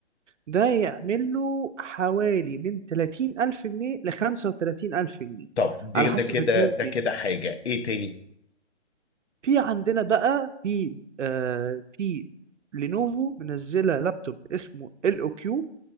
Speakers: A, on the right; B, on the left.
A: ده يعمل له حوالي من 30 ألف جنيه ل 35 ألف جنيه
B: طب دي
A: على
B: ده
A: حسب
B: كده
A: هتجيبه
B: ده
A: منين
B: كده حاجه ايه تاني
A: في عندنا بقى في آه في لينوفو منزلة لابتوب اسمه ال او كيو